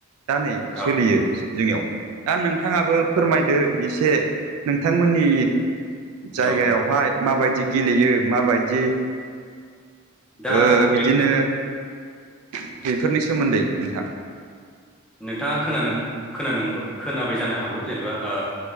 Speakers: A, on the right; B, in the centre.
A: दा नै
B: औ
A: सोलियो जोंनियाव दा नोंथाङाबो फोरमायदो एसे नोंथांमोननि जायगायावहाय
B: औ
A: माबायदि गेलेयो माबायदि
B: दा
A: ओ बिदिनो
B: बे
A: बेफोरनि सोमोन्दै नोंथां
B: नोंथाङा खोनानो खोनानो मोनबो खोनाबाय जानो हागौ जेनेबा ओ